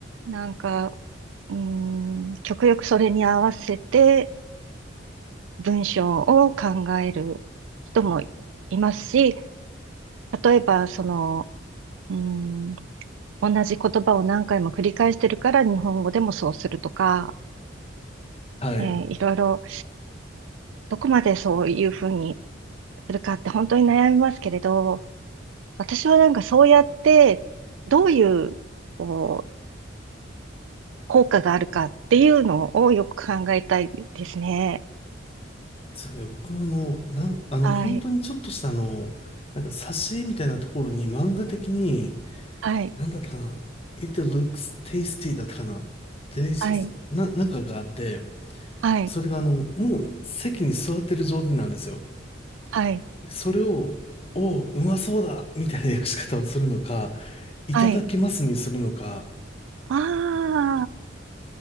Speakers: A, on the right; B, on the left.
A: なんか、うーん、極力それに合わせて文章を考える人もいますし、例えば、その、うーん、同じ言葉を何回も繰り返してるから日本語でもそうするとか、
B: はい。
A: えーいろいろ、どこまでそういうふうにするかって本当に悩みますけれど、私はなんかそうやって、どういう、こう効果があるかっていうのをよく考えたいですね。
B: そうね、僕もあの、なん、あの、
A: はい、
B: 本当にちょっとしたあの、なんか挿絵みたいなところに漫画的に、
A: はい、
B: なんだったかな It looks tasty だったかな Delicious
A: はい、
B: な、なんかがあって、
A: はい、
B: それがあの、もう席に座ってる状態なんですよ。
A: はい、
B: それを、おう、うまそうだみたいな訳し方をするのか、いただきますにするのか、
A: はい。あ